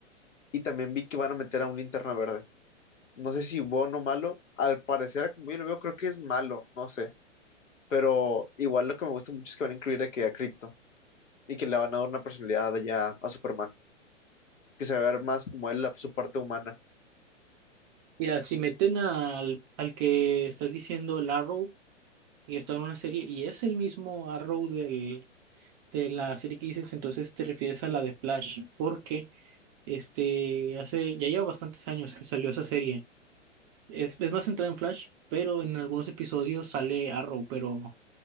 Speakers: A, on the left; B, on the right.
A: Y también vi que van a meter a un linterna verde no sé si bueno o malo, al parecer, como yo lo veo, creo que es malo, no sé, pero igual lo que me gusta mucho es que van a incluir de que a Crypto y que le van a dar una personalidad ya a Superman, que se va a ver más como él, la, su parte humana.
B: Mira, si meten al, al que estás diciendo, el Arrow, y está en una serie, y es el mismo Arrow del, de la serie que dices, entonces te refieres a la de Flash, porque este, hace, ya lleva bastantes años que salió esa serie. Es, es más centrada en Flash, pero en algunos episodios sale Arrow, pero